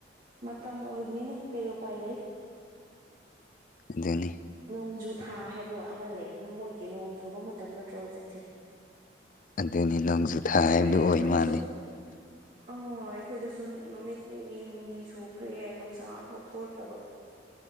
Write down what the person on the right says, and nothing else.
ꯃꯇꯝ ꯑꯣꯏꯕꯅꯤꯅ ꯀꯩ ꯎꯄꯥꯏ ꯂꯩ
ꯅꯣꯡꯖꯨ ꯊꯥ ꯍꯥꯏꯕ꯭ꯔꯣ ꯑꯃ ꯂꯩ ꯃꯣꯏꯒꯤ ꯅꯣꯡꯆꯨꯕ ꯃꯇꯝ ꯅꯠꯇ꯭ꯔꯣ ꯍꯧꯖꯤꯛꯁꯦ
ꯑꯩꯈꯣꯏ
ꯑꯩꯈꯣꯏꯗꯁꯨ
ꯑꯥ ꯑꯩꯈꯣꯏꯗꯁꯨ ꯅꯨꯃꯤꯠ ꯅꯤꯅꯤ ꯍꯨꯝꯅꯤ ꯁꯨꯈ꯭ꯔꯦ ꯅꯨꯡꯁꯥ ꯑꯝꯐꯥꯎꯊꯣꯔꯛꯇꯕ